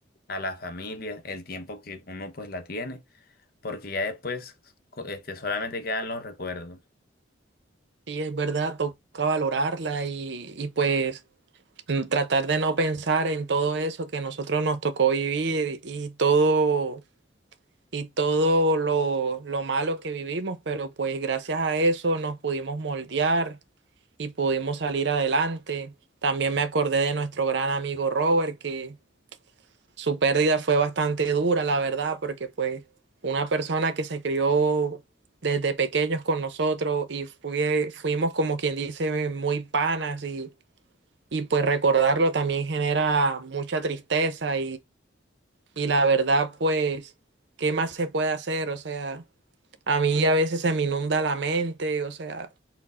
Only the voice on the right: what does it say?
Sí, es verdad, toca valorarla y, y pues mm, tratar de no pensar en todo eso que nosotros nos tocó vivir y todo y todo lo, lo malo que vivimos, pero pues gracias a eso nos pudimos moldear y pudimos salir adelante. También me acordé de nuestro gran amigo Robert, que su pérdida fue bastante dura, la verdad, porque pues una persona que se crió desde pequeños con nosotros y fue- fuimos como quien dice muy panas y, y pues recordarlo también genera mucha tristeza y la verdad, pues, ¿qué más se puede hacer? O sea, a mí a veces se me inunda la mente, o sea,